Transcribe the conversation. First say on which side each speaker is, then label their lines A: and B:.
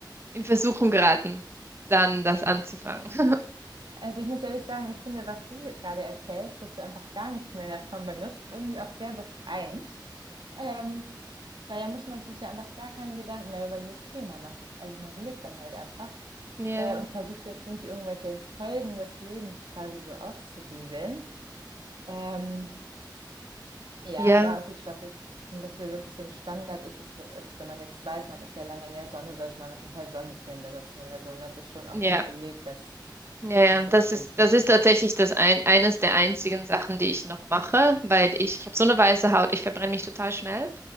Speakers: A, on the right; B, on the right.
A: in Versuchung geraten, dann das anzufangen.
B: Ja.
A: <laughs>
B: Also ich muss ehrlich sagen, ich finde, was du gerade erzählst, dass du einfach gar nichts mehr davon benutzt, irgendwie auch sehr befreiend. Ähm, weil da muss man sich ja einfach gar keine Gedanken mehr über dieses Thema machen. Also man lebt dann halt einfach
A: Ja,
B: äh, und versucht jetzt nicht irgendwelche Folgen des Lebens quasi so auszubügeln. Ähm, ja,
A: ja,
B: aber gut, was jetzt zum Beispiel wirklich so ein Standard ist, ist, äh, wenn man jetzt weiß, man ist ja lange in der Sonne, sollte man auf jeden Fall Sonnencreme benutzen oder so. Und das ist schon auch
A: ja.
B: gut belegt, dass,
A: Ja, ja,
B: dass
A: das
B: das dann
A: ist,
B: schützt.
A: das ist tatsächlich das ein, eines der einzigen Sachen, die ich noch mache, weil ich, ich habe so eine weiße Haut, ich verbrenne mich total schnell